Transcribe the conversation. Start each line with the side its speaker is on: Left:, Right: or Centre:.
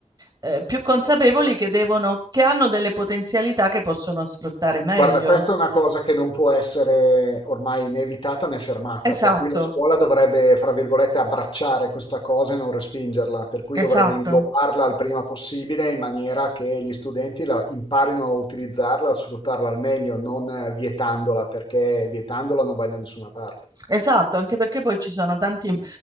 Right: eh, più consapevoli che, devono, che hanno delle potenzialità che possono sfruttare meglio.
Left: Guarda, questa è una cosa che non può essere ormai né evitata né fermata,
Right: Esatto,
Left: per cui la scuola dovrebbe, fra virgolette, abbracciare questa cosa e non respingerla, per cui
Right: esatto,
Left: dovrebbe inglobarla il prima possibile in maniera che gli studenti la imparino a utilizzarla, a sfruttarla al meglio, non eh, vietandola, perché vietandola non vai da nessuna parte.
Right: esatto, anche perché poi ci sono tanti